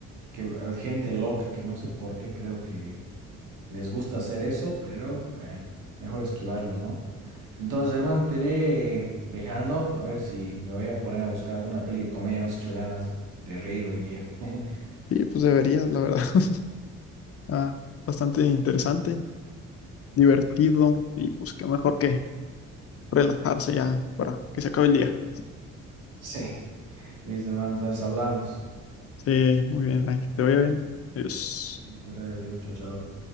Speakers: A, on the right; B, on the left.
A: que eh, gente loca que no sé por qué creo que les gusta hacer eso, pero bueno, mejor esquivarlos, ¿no? Entonces, hermano, te iré dejando a ver si me voy a poner a buscar alguna peli de comedia. Me has hecho ganas de reír hoy día. <laughs>
B: Sí, pues deberías, la verdad. <laughs> Ah, bastante interesante. divertido y pues qué mejor que relajarse ya para que se acabe el día.
A: Sí, listo, hermano, entonces hablamos.
B: Sí, muy bien, ay, que te vaya bien. Adiós.
A: Que te vaya bien, chao, chao.